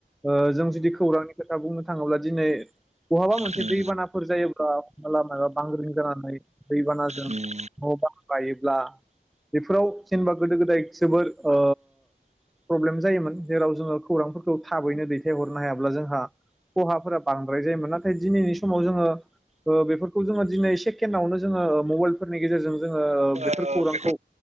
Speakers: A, in the centre; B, on the right.
A: ओ जों जुदि खौरांनि खोथा बुंनो थाङोब्ला दिनै बहाबा मोनसे
B: उम
A: दैबानाफोर जायोब्ला हमना ला बांग्रिं जनानै दैबानाजों न'बां
B: उम
A: बायोब्ला बेफोराव जेनबा गोदो गोदाय जोबोर ओ प्रब्लेम जायोमोन जेराव जोङो खौरांफोरखौ थाबैनो दैथाय हरनो हायाब्ला जोंहा खहाफोरा बांद्राय जायोमोन नाथाय दिनैनि समाव जोङो ओ बेफोरखौ जोङो ओ दैनै से केण्डआवनो जोङो मबाइलफोरनि गेजेरजों जोङो ओ बेफोर
B: औ
A: खौरांखौ
B: औ औ उम